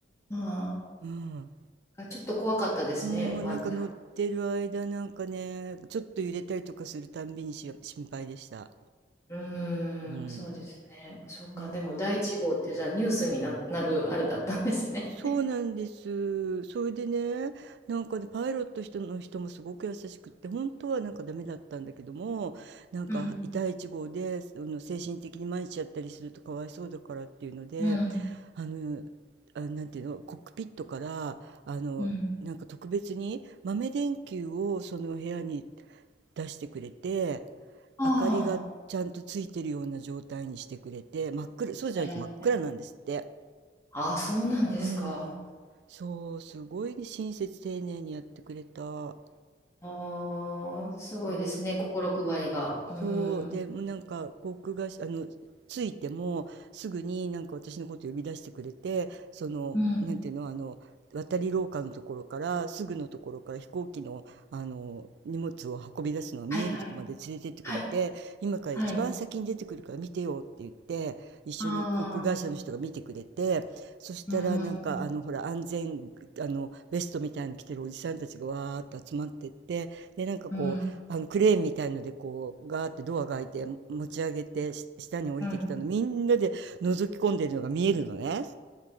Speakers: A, on the left; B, on the right.
A: あ
B: うん、
A: あ、ちょっと怖かったですね。
B: もうなんか乗ってる間なんかねちょっと揺れたりとかするたんびにし心配でした。
A: ワンちうーん、
B: うん、
A: そうですね。そっか、
B: ね
A: でも第一号ってじゃあニュースにな、なるあれだったんですね。
B: そうなんです。それでね、なんかね、パイロット人の人もすごく優しくって、本当はなんかダメだったんだけども、なんか第1号で、
A: うん、
B: あの精神的に参っちゃったりするとかわいそうだからっていうので、
A: うん、
B: あの、あ、なんていうの、コックピットから、あの、
A: うん。
B: なんか特別に豆電球をその部屋に出してくれて、
A: あ
B: 明かりがちゃんとついてるような状態にしてくれて、真っ暗、そうじゃないと真っ暗なんですって。
A: あ、えーあーそうなんですか。
B: うん。そう、すごいね親切丁寧にやってくれたん
A: ああ、
B: ですよ。
A: すごいですね、心配りが。う
B: そう、でもうなんか航空会社、
A: ん、
B: あの、着いてもすぐになんか私のこと呼び出してくれて、その、
A: うん、
B: なんていうの、あの、渡り廊下のところからすぐのところから飛行機の、あの荷物を運び出すのが見えるところまで連れてってくれて今から一番先に出てくるから見てよって言って一緒に航空会社の人が見てくれてそしたらなんかあのほら安全あのベストみたいなの着てるおじさんたちがわーっと集まってってでなんかこうあのクレーンみたいのでこうガーってドアが開いて持ち上げてし下に降りてきたのみんなで覗き込んでるのが見えるのね。
A: はいはい、はい、はい。ああ、うん、うん、うん、うん。